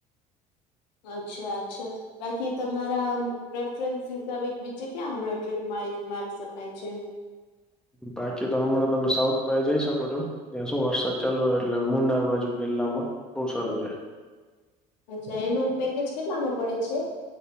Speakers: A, on the left (about 90°); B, in the centre.
A: અચ્છા અચ્છા. બાકી તમારા પ્રેફરન્સ હિસાબે બીજે ક્યાં હમણાં ટ્રીપ મારી શકાય છે.
B: બાકી તો હમણાં તમે સાઉથ પાય જઈ શકો છો ત્યાં શું વરસાદ ચાલુ હો એટલે મુંડાર બાજુ કેરલામાં બહુ સારું છે.
A: અચ્છા એનું પેકેજ કેટલામાં પડે છે.